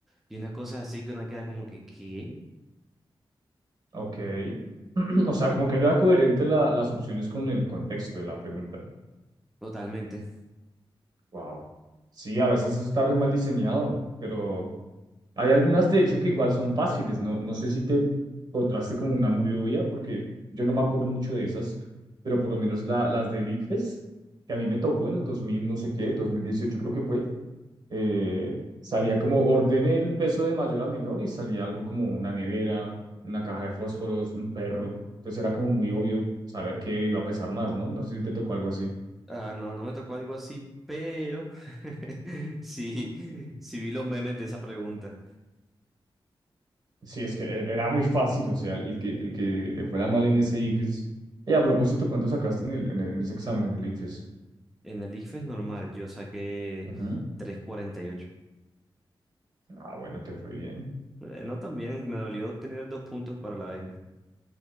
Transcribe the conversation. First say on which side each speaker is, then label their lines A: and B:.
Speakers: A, in the centre; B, on the right.
A: Y una cosa así que una queda como que, ¿qué?
B: Ok. <clears throat> O sea, como que no era coherente la- las opciones con el contexto de la pregunta.
A: Totalmente.
B: Wow. Sí, a veces eso está re mal diseñado, pero hay algunas de hecho que igual son fáciles, ¿no? No sé si te encontraste como una muy obvia, porque yo no me acuerdo mucho de esas, pero por lo menos la, las del ICFES, que a mí me tocó en el 2000 no sé qué, 2018 creo que fue, eh, salía como ordené el peso de mayor a menor y salía algo como una nevera, una caja de fósforos, un perro. Entonces era como muy obvio saber qué iba a pesar más, ¿no? No sé si te tocó algo así.
A: Ah, no, no me tocó algo así, pero <laughs> sí, sí vi los memes de esa pregunta.
B: Sí, es que er- era muy fácil, o sea, el que, el que le fuera mal en ese IFES. Y a propósito, ¿cuánto sacaste en, el, en, el- en ese examen, en el IFES?
A: En el ICFES normal, yo saqué
B: Ujú.
A: 3.48.
B: Ah, bueno, te fue bien.
A: Eh, No tan bien, me dolió tener dos puntos para la beca.